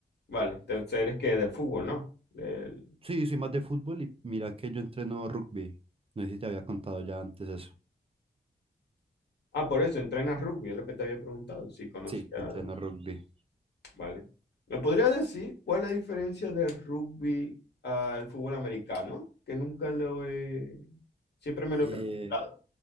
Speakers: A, on the left (about 80°); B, on the right (about 35°).
A: Vale, te- eres que del fútbol, ¿no? Del-
B: Sí, soy más de fútbol y mira que yo entreno rugby. No sé si te había contado ya antes eso.
A: Ah, por eso, entrenas rugby, es lo que te había preguntado, si conocías.
B: Sí, entreno rugby.
A: Vale. ¿Me podría decir cuál es la diferencia del rugby al fútbol americano? Que nunca lo he... Siempre me lo
B: Eh,
A: he preguntado.